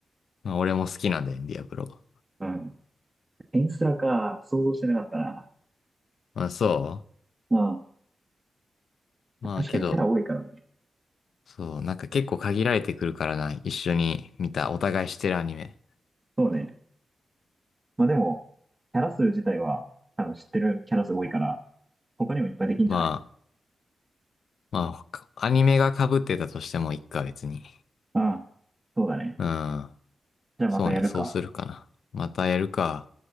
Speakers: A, on the left; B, on the right.
A: まあ、俺も好きなんだよね、ディアブロ。
B: うん。エンスラか。想像してなかったな。
A: まあ、そ
B: まあ、
A: うまあ、
B: 確かにキャラ多いからね。
A: けど、そう、なんか結構限られてくるからな、一緒に見た、お互いしてるアニメ。
B: そうね。まあでも、キャラ数自体は、多分知ってるキャラ数多いから、他にもいっぱいできんじゃない
A: まあ、まあ、アニメが被ってたとしてもいいか、別に。
B: うん。そうだね。
A: うん。
B: じゃあまたやるか。
A: そうね、そうするかな。またやるか。